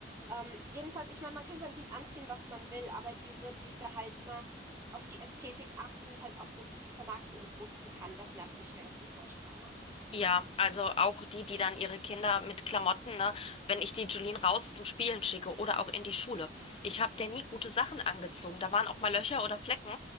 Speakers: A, on the right; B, on the left.
A: Ähm, jedenfalls, ich meine, man kann seinem Kind anziehen, was man will, aber diese, die da halt immer auf die Ästhetik achten, es halt auch gut vermarkten und posten kann, das nervt mich irgendwie furchtbar, ne?
B: Ja, also auch die, die dann ihre Kinder mit Klamotten, ne, wenn ich die Julien raus zum Spielen schicke oder auch in die Schule. Ich habe der nie gute Sachen angezogen. Da waren auch mal Löcher oder Flecken.